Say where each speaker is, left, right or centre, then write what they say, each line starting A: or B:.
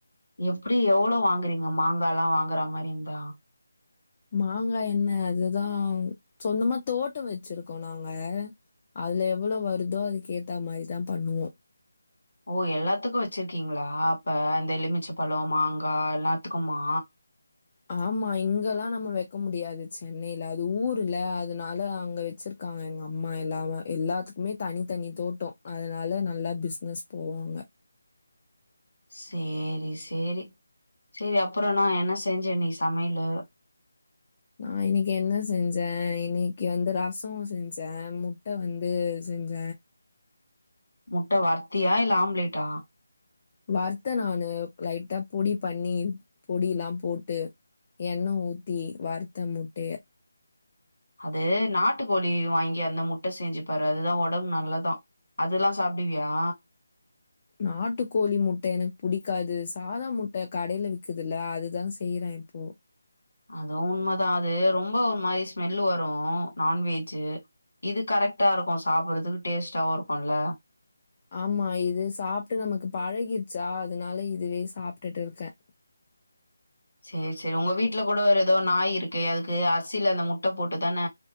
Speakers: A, on the left (about 70°); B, on the left (about 35°).
A: எப்டி எவ்ளோ வாங்குறீங்க மாங்காலா வாங்குற மாரி இந்தா
B: மாங்காய் என்ன அதுதா சொந்தமா தோட்டோ வச்சிருக்கோ நாங்க அதுல எவ்ளோ வருதோ அதுக்கேத்த மாரிதா பண்ணுவோ
A: ஓ எல்லாத்துக்கு வச்சிருக்கீங்ளா அப்ப இந்த எலுமிச்ச பழோ மாங்கா எல்லாத்துக்குமா
B: ஆமா இங்கெல்லா நம்ம வெக்க முடியாது சென்னையில அது ஊர்ல அதனால அங்க வச்சிருக் காங்க எங்க அம்மா எல்லாம எல்லாத்துக்குமே தனி தனி தோட்டோ அதனால நல்லா பிஸ்னஸ் போவு அங்க
A: சேரி சேரி செரி அப்பற நா என்ன செஞ்ச இன்னைக் சமையலு
B: நா இன்னைக்கி என்ன செஞ்ச இன்னைக்கி வந்து ரசோ செஞ்ச முட்ட வந்து செஞ்ச
A: முட்ட வறுத்தியா இல்ல ஆம்லேட்டா
B: வறுத்த நானு லைட்டா பொடி பண்ணி பொடிலா போட்டு எண்ணெ ஊத்தி வறுத்த முட்டைய
A: அது நாட்டு கோழி வாங்கி அந்த முட்ட செஞ்சு பாரு அதுதா உடம் நல்லதா அதுலா சாப்டுவியா
B: நாட்டுக்கோழி முட்ட எனக் புடிக்காது சாதா முட்ட கடைல விக்குதுல்ல அதுதா செய்றே இப்போ
A: அது உண்மதா அது ரொம்ப ஒரு மாரி ஸ்மெல்லு வரு நான்வெஜ்ஜு இது கரெக்ட்டா இருக்கு சாப்பறதுக்கு டேஸ்ட்டாவு இருக்குல
B: ஆமா இது சாப்ட்டு நமக்கு பழகிருச்சா அதனால இதுவே சாப்ட்டுட்டு இருக்கே
A: சேரி சேரி உங்க வீட்ல கூட ஒரு ஏதோ நாய் இருக்கு அதுக்கு அரிசில அந்த முட்ட போட்டுதான